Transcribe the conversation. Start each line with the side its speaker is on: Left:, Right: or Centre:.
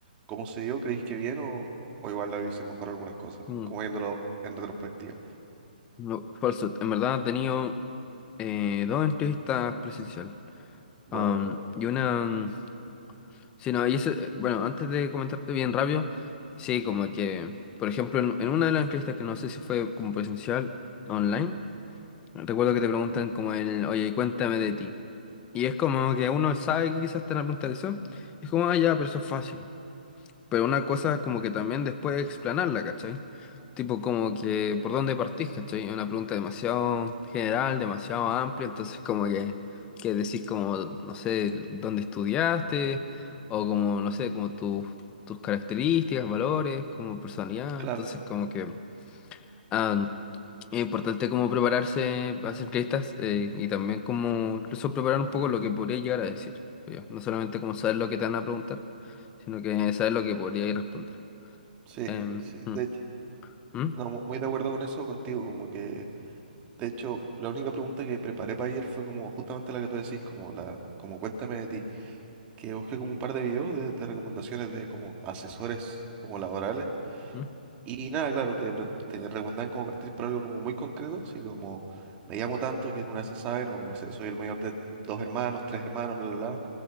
Right: cómo se dio? ¿Creéis que bien o, o igual la hubiese mejor algunas cosas?
Left: mm.
Right: Como viéndolo en retrospectiva.
Left: No, falso. En verdad he tenido eh, dos entrevistas presencial.
Right: Bueno,
Left: Am, y una... mm, Sí, no, y ese, eh, bueno, antes de comentarte bien rápido, sí, como que, por ejemplo, en, en una de las entrevistas que no sé si fue como presencial online, recuerdo que te preguntan como el, oye, cuéntame de ti. Y es como que uno sabe que quizás te van a preguntar eso. Y es como, ah, ya, pero eso es fácil. Pero una cosa como que también después explanarla, ¿cachai? Tipo como que por dónde partís, ¿cachai? Es una pregunta demasiado general, demasiado amplia, entonces como que, que decís como, no sé, dónde estudiaste, o como, no sé, como tus, tus características, valores, como personalidad,
Right: claro,
Left: entonces como que ah, es importante como prepararse a hacer entrevistas eh, y también como incluso preparar un poco lo que podría llegar a decir, creo yo. No solamente como saber lo que te van a preguntar, sino que saber lo que podría ir a responder.
Right: sí,
Left: Em,
Right: sí,
Left: mm,
Right: de hecho.
Left: mm,
Right: No, mu- muy de acuerdo con eso contigo, como que, de hecho, la única pregunta que preparé para ayer fue como justamente la que tú decís, como la, como cuéntame de ti. que busqué como un par de videos de, de recomendaciones de como asesores como laborales.
Left: mm,
Right: Y nada, claro, te, pre- te recomendan como partir por algo como muy concreto, así como me llamo tanto, que en una de esas saben, o como no sé, soy el mayor de dos hermanos, tres hermanos, bla, bla, bla